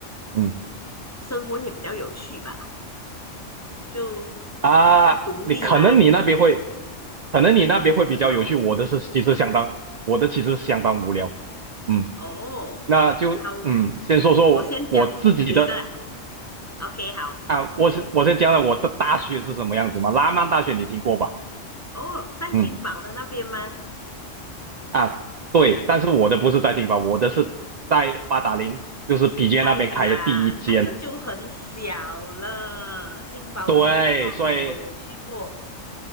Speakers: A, on the right (about 70°); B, on the left (about 15°).
A: 嗯。
B: 生活也比较有趣吧，就
A: 啊，
B: 比较独立嘛，
A: 你可能你那边会，可能你那边会比较有趣，
B: 真的哦，
A: 我的是其实相当，我的其实相当无聊。嗯，
B: 哦，
A: 那就嗯，
B: 好，
A: 先说说我我自己的
B: 我先讲你的啊，OK，好，
A: 啊，我是我先讲讲我的大学是什么样子嘛。拉曼大学你听过吧？
B: 哦，在金宝的那边吗？
A: 嗯啊，对，但是我的不是在金巴，我的是在八达岭，就是比杰那边开的第一间。
B: 哎呀，那个就很小了，金宝的很棒诶，
A: 对，所以
B: 我有去过。